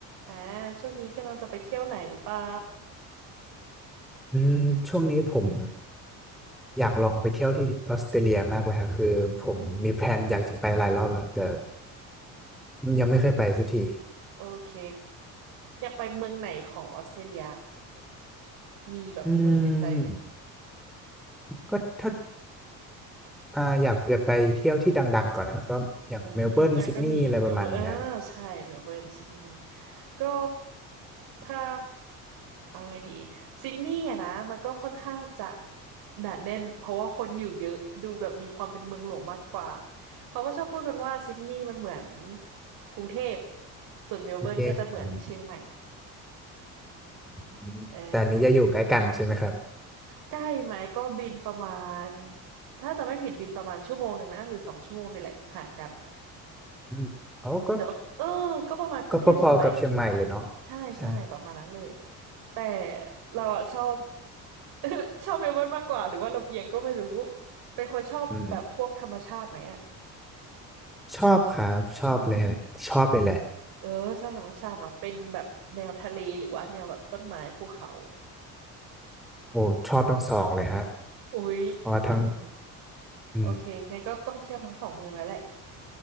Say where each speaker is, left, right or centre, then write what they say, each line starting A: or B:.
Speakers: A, on the right (about 75°); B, in the centre.
A: อ่าช่วงนี้กำลังจะไปเที่ยวไหนหรือเปล่า
B: อืมช่วงนี้ผมอยากลองไปเที่ยวที่ออสเตรเลียมากเลยค่ะคือผมมีแพลนอยากจะไปหลายรอบแล้วแต่
A: อืม
B: ยังไม่เคยไปสักที
A: โอเคอยากไปเมืองไหนของออสเตรเลียมีแบบเมืองในใจไหม
B: อืมก็ถ้าอ่าอยากจะไปเที่ยวที่ดังๆก่อนนะก็อย่างเมลเบิร์นซิดนีย์อะไรประมาณเนี้ย
A: อืมอ่ะก็มีเมลเบิร์นอ่าใช่เมลเบิร์นซิดนีย์ก็ถ้าเอาไงดีซิดนีย์อะนะมันก็ค่อนข้างจะหนาแน่นเพราะว่าคนอยู่เยอะดูแบบมีความเป็นเมืองหลวงมากกว่าเขาก็ชอบพูดกันว่าซิดนีย์มันเหมือนกรุงเทพส่วนเมลเบิร์นก็จะเหมือนเชียงใหม่
B: กรุงเทพอืม
A: เออ
B: แต่อันนี้จะอยู่ใกล้กันใช่ไหมครับ
A: ใกล้ไหมก็บินประมาณถ้าจะไม่ผิดบินประมาณชั่วโมงหนึ่งนะหรือสองชั่วโมงนี่แหละห่างกัน
B: อืมอ๋อก็
A: เนอะเออก็ประมาณกรุงเทพเชียงใหม่
B: ก็พอๆกับเชียงใหม่เลยเนาะ
A: ใช่ใช่ประมาณนั้นเลย
B: ใช่
A: แต่เราอะชอบ <laughs> ชอบเมลเบิร์นมากกว่าหรือว่าลำเอียงก็ไม่รู้เป็นคนชอบแบบพวกธรรมชาติไหมอะ
B: อืมชอบครับชอบเลยแหละชอบเลยแหละ
A: อืมเออชอบธรรมชาติเนาะเป็นแบบแนวทะเลหรือว่าแนวแบบต้นไม้ภูเขา
B: โอ้ชอบทั้งสองเลยฮะ
A: อุ๊ย
B: เพราะว่าทั้ง
A: อืม
B: อืม
A: โอเคงั้นก็ต้องเที่ยวทั้งสองเมืองแล้วแหละ